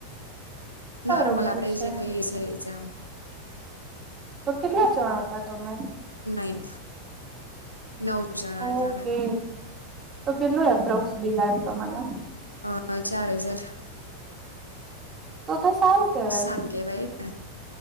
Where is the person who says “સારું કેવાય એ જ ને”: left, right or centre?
Left